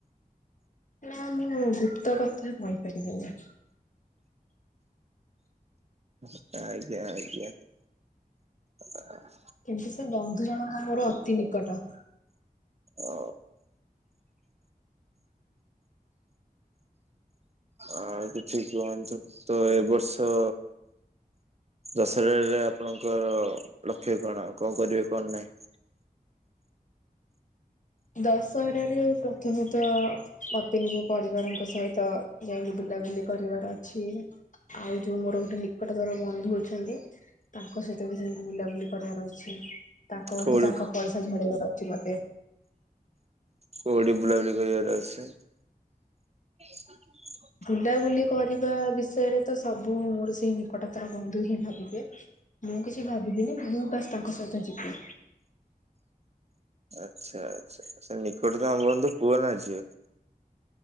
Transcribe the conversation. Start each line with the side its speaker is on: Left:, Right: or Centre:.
Left: ନା ମୁଁ ଗୁପ୍ତ କଥା କହିପାରିବିନି।
Right: ଆ, ଆଜ୍ଞା, ଆଜ୍ଞା ଆ,
Left: କିନ୍ତୁ ସେ ବନ୍ଧୁ ଜଣଙ୍କ ମୋର ଅତି ନିକଟ।
Right: ଓ। ଆଉ କିଛି କୁହନ୍ତୁ ତ ଏ ବର୍ଷ ଦଶରାରେ ଆପଣଙ୍କର ଲକ୍ଷ୍ୟ କଣ, କଣ କରିବେ କଣ ନାହିଁ?
Left: ଦଶହରାରେ ପ୍ରଥମତଃ ମୋତେ ନିଜ ପରିବାରଙ୍କ ସହିତ ଯାଇକି ବୁଲାବୁଲି କରିବାର ଅଛି। ଆଉ ଯୋଉ ମୋର ଗୋଟେ ନିକଟତର ବନ୍ଧୁ ଅଛନ୍ତି। ତାଙ୍କ ସହିତ ବି ଯାଇକି ବୁଲାବୁଲି କରିବାର ଅଛି। ତାଙ୍କଠୁ
Right: କୋଉଠି
Left: ତାଙ୍କ ପଇସା ଝଡେଇବାର ଅଛି ମୋତେ।
Right: କୋଉଠି ବୁଲାବୁଲି କରିବାର ଅଛି? ହ
Left: ବୁଲାବୁଲି କରିବା ବିଷୟରେ ତ ସବୁ ମୋର ସେଇ ନିକଟତର ବନ୍ଧୁ ହିଁ ଭାବିବେ। ମୁଁ କିଛି ଭାବିବିନି ମୁଁ ବାସ୍ ତାଙ୍କ ସହିତ ଯିବି।
Right: ଆଚ୍ଛା, ଆଚ୍ଛା, ସେ ନିକଟତମ ବନ୍ଧୁ ପୁଅ ନା ଝିଅ?